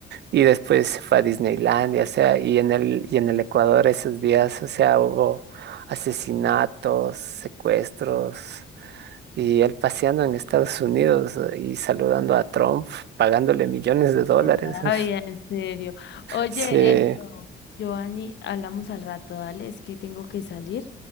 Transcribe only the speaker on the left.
¿Verdad?
Ay, en serio. Oye,
esto, Giovanni, hablamos al rato, dale, es que tengo que salir